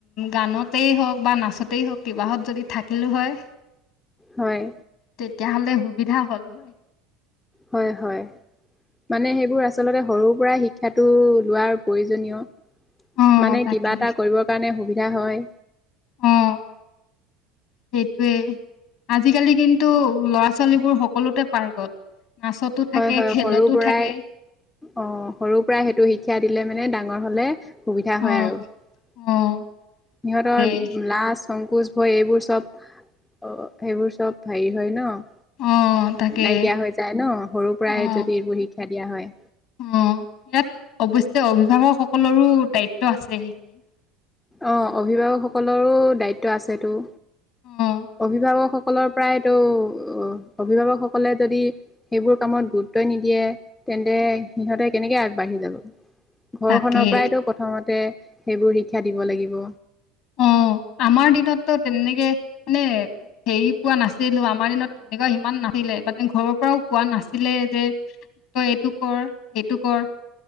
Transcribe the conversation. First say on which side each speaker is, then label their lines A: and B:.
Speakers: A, on the left (about 60°); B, on the left (about 15°).
A: গানতেই হওঁক বা নাচতেই হওঁক কিবাহত যদি থাকিলোঁ হয়।
B: হয়
A: তেতিয়াহ'লে সুবিধা হ'ল হয়।
B: হয়-হয় মানে সেইবোৰ আচলতে সৰু সুৰা শিক্ষাটো লোৱাৰ প্ৰয়োজনীয়,
A: অ',
B: মানে
A: তাকে
B: কিবা এটা কৰিবৰ কাৰণে সুবি ধা হয়।
A: অ', সেইটোৱে! আজিকালি কিন্তু ল'ৰা ছোৱালীবোৰ সকলোতে পাৰ্গত। নাচতো থাকে
B: হয়-হয়
A: খেলতো
B: সৰুৰ পৰাই
A: থাকে
B: অ' সৰুৰ পৰাই সেইটো শিক্ষা দি দিলে মানে ডাঙৰ হলে সুবিধা হয়
A: অ
B: আৰু সিহঁতৰ
A: অ তাকেই
B: লাজ সংকোচ, ভয় এইবোৰ চব! অ' এইবোৰ চব হেৰি হয় ন'।
A: অ তাকেই
B: নাইকিয়া হৈ যায় ন' সৰুৰ পৰাই
A: অ
B: যদি এইবোৰ শিক্ষা দিয়া হয়।
A: অ' ইয়াত অৱশ্যে অভিভাৱক সকলৰো দায়িত্ব আছে সেইখিনি।
B: অ' অভিভাৱক সকলৰো দায়িত্ব আছেতো।
A: অ
B: অভিভাৱক সকলৰ প্ৰায় ত' অভিভাৱকসকলে যদি সেইবোৰ কামত গুৰুত্বই নিদিয়ে তেন্তে সিহঁতে কেনেকে আগবাঢ়ি যাব। ঘৰখনৰ
A: তাকে
B: পৰাইতো প্ৰথমতে সেইবোৰ শিক্ষা দিব লাগিব।
A: অ' আমাৰ দিনতটো তেনেকে মানে হেৰি পোৱা নাছিলো আমাৰ দিনত তেনেকুৱা ইমান নাছিলে, মানে ঘৰৰ পৰাও কোৱা নাছিলে যে তই এইটো কৰ সেইটো কৰ।